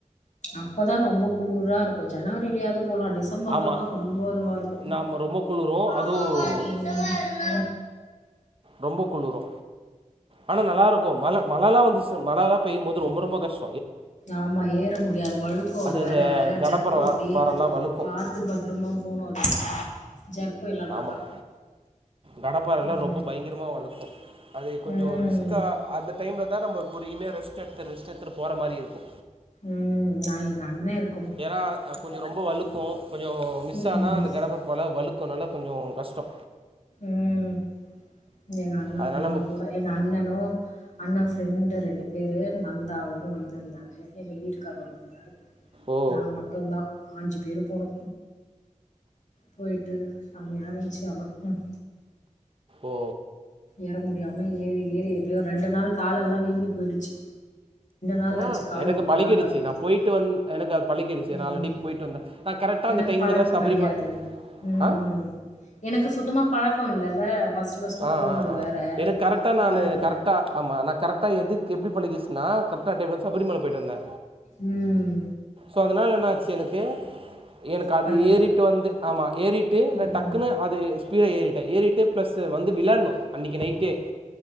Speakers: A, on the left; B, on the right.
A: அப்பதா ரொம்ப குளுர்ரா இருக்கு ஜனவரிலயாது போலா டிசம்பர்லலா
B: ஆமாம்
A: ரொம்போ இதுவாருக்கு
B: நாம் ரொம்ப குளிரும்
A: ஆமா
B: அதுவும்
A: ஆமா டிசமா இல்ல
B: ரொம்ப குளிரு ஆனா நல்லாருக்கு மழ மழல்லா வந்துச்ச மலலா பெய்யும் போது ரொம்ப ரொம்ப கஷ்
A: ஆமா ஏற முடியாது அது வழுக்கோ அது வேற
B: அந்த கடப்பாறை
A: ஜற்கோ அப்டி
B: பாறைலாம் வழுக்கும்
A: பாத்து பத்ரமா போனு அ ஜர் போயலனாக்கா
B: ஆமாம் கடப்பாறைலாம்
A: ம்
B: ரொம்ப பயங்கரமாக வழுக்கும் அது கொஞ்ச
A: ம்.
B: ஒரு ரிஸ்க்கா அந்த டைம்ல் தா நம்ம ஒரு புரியுமே ரெஸ்ட் எடுத்து ரிஸ்ட் எத்துட்டு போறமாரி இருக்கு
A: ம் நா எங்க அண்ண இருக்
B: ஏன்னா அ கொஞ் ரொம்ப வலுக் கு கொஞ்ச மிஸ்
A: ம்.
B: ஆனா
A: ம்.
B: அந்த கெடப்பருப்பால வலுக்குனால கொஞ்ச கஷ்ட
A: ம் எங்க அண்ண
B: அதனால
A: வந்தா
B: நம்ம
A: கூட எங்க அண்ணனு அண்ணன் ஃப்ரெண்டு ரெண்டு பேர் நந்தாவு வந்துருந்தாரு எங்கள வீட்டுக்கார வந்திருந்தாரு
B: ஓ
A: நா மட்டுந்தா அஞ்சு பேரு போனோ போய்ட்டு சாமி ஆர <unintelligible> ம்
B: ஓ
A: ஏற முடியாம ஏறி ஏறி எப்படியோ ரெண்டு நாள் கால்லெல்லா வீங்கி போயிடுச்சு நாள்
B: ஆ
A: ஆச்சு கால்
B: எனக்கு
A: வீக்கம்லாம்
B: பழகிடுச்சு
A: கம்மியாறது.
B: நா போய்ட்டு வந்து எனக்குது பழகிடுச்சு
A: ம்.
B: நா ஆல்ரெடி போய்ட்டு வந்தே நா கரெக்டா அந்த
A: எனக்கு
B: டைம்ல
A: பழக்க
B: தா சபரிம
A: கெடையாது ம்
B: ஆ
A: எனக்கு சுத்தமா பழக்க இல்லல்ல ஃபர்ஸ்ட்டு, ஃபர்ஸ்ட்டு
B: ஆ
A: போனது
B: ஆ ஆ
A: வேற.
B: எதுக்கு கரெக்டான
A: பழகல.
B: ஆளு கரெக்டா ஆமா நா கரெக்டா எது எப்டி பழகிச்சுனா கர்ட டைம்ல சபரிமல போய்ட்டு வந்தே
A: ம்
B: இப்ப அதனால என்னாச்சு எனக்கு எனக்கு அது
A: பழகிடு
B: ஏறிட்டு வந்து ஆமா ஏறிட்டு நா
A: ம்
B: டக்குன்னு அது கீழ ஏறிட்ட ஏறிட்டு பிளஸ் வந்து விளணு அன்னைக்கு நைட் கு